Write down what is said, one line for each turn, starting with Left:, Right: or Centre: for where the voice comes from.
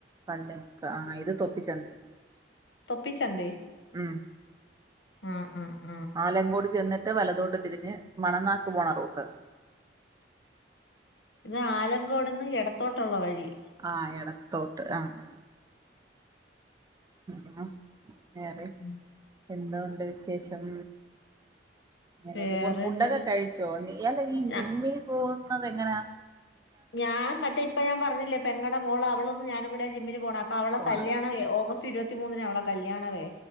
Right: പള്ളിമുക്ക് ആഹ് ഇത് തൊപ്പിചന്ത്‌
Left: തൊപ്പിച്ചന്തേ
Right: ആ
Left: ആഹ് അഹ് അ
Right: ആലങ്കോട് ചെന്നിട്ട് വലത്തോട്ട് തിരിഞ്ഞ് മണനാക്ക് പോണ റൂട്ട്
Left: ഇത് ആലങ്കോട്ന്ന് ഏടത്തോട്ടൊള്ള വഴി
Right: ആഹ് എടത്തോട്ട് അ ആ അഹ് വേറെ
Left: ഉം.
Right: എന്തോണ്ട് വിശേഷം ഇങ്ങനെക്കെപോണ്
Left: വേറെ
Right: ഫുഡൊക്കെ
Left: എന്തര്
Right: കയ്ച്ചോ നിയാണ് ഈ
Left: ഞ
Right: ജിമ്മില് പോവ് അത് എങ്ങനെ ആ
Left: ഞാൻ മറ്റേ ഇപ്പ ഞാൻ പറഞ്ഞില്ലേ പെങ്ങടെ മോളാ ളും ഞാനും കൂടെ ജിമ്മിന് പോണെ അവളെ
Right: പോണത്
Left: കല്യാണവെ ഓഗസ്റ്റ് ഇരു മൂന്നിന അവളെ കല്യാണവേ